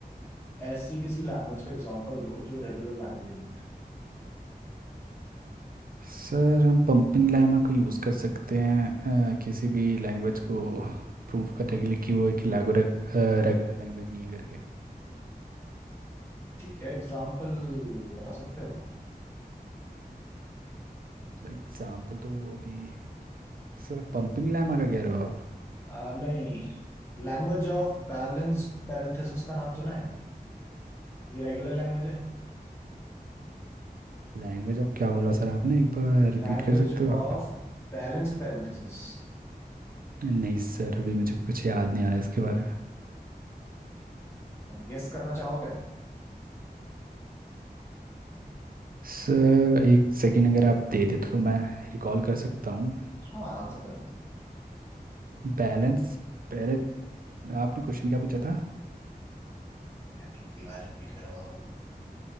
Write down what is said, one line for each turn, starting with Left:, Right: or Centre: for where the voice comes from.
Left: ऐसी किसी लैंग्वेज का एग्जांपल दो जो रेगुलर लैंग्वेज नहीं है
Right: सर हम पंपिंग लैमा को यूज़ कर सकते हैं अ, किसी भी लैंग्वेज को प्रूव करने के लिए कि वो एक रेगुलर रेगुलर लैंग्वेज नहीं है करके
Left: ठीक है एग्जांपल बता सकते हो
Right: सर एग्जांपल तो अभी सर पंपिंग लैमा का कह रहे हो आप
Left: आ, नहीं लैंग्वेज ऑफ बैलेंस पैरेंथेसिस का नाम सुना है ये रेगुलर लैंग्वेज है
Right: लैंग्वेज ऑफ क्या बोला सर आपने एक बार रिपीट
Left: Language
Right: कर सकते हो
Left: of
Right: आप
Left: balance parenthesis
Right: नहीं सर अभी मुझे कुछ याद नहीं आ रहा है इसके बारे में
Left: Guess करना चाहोगे
Right: सर एक सेकंड अगर आप दे दे तो मैं रिकॉल कर सकता हूँ
Left: हाँ आराम से करो
Right: बैलेंस पहले आपने क्वेश्चन क्या पूछा था
Left: यार कितनी बार रिपीट करवाओ